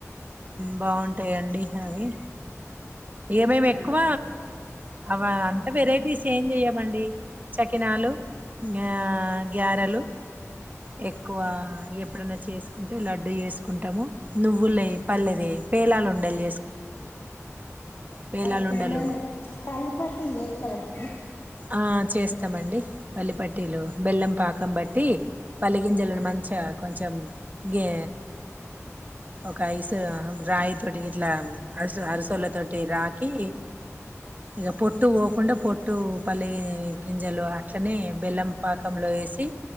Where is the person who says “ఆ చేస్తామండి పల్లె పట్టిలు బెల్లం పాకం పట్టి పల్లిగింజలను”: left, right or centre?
Right